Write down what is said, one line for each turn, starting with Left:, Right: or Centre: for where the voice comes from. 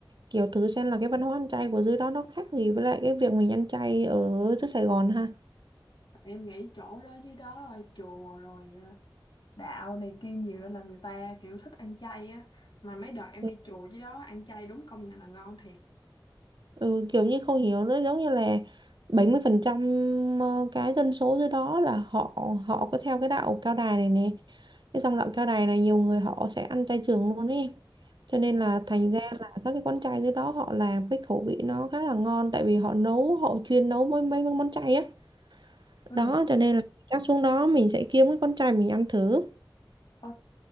Right: kiểu thử xem là cái văn hóa ăn chay của dưới đó nó khác gì với lại cái việc mình ăn chay ở dưới Sài Gòn ha
Left: Em nghĩ chỗ đó dưới đó rồi, chùa rồi à, đạo này kia nhiều nên là người ta kiểu thích ăn chay á. Mà mấy đợt em
Right: Ừ.
Left: đi chùa dưới đó ăn chay đúng công nhận là ngon thiệt.
Right: ừ, kiểu như không hiểu nữa giống như là 70% ờ, cái dân số dưới đó là họ họ có theo cái đạo cao đài này nè cái dòng đạo cao đài này nhiều người họ sẽ ăn chay trường luôn ấy cho nên
Left: Ừ.
Right: là thành ra là các cái quán chay dưới đó họ làm cái khẩu vị nó khá là ngon tại vì họ nấu họ chuyên nấu mấy mấy món chay á
Left: Ừ,
Right: đó cho nên là chắc xuống đó mình sẽ kiếm cái con trai mình ăn thử
Left: ok.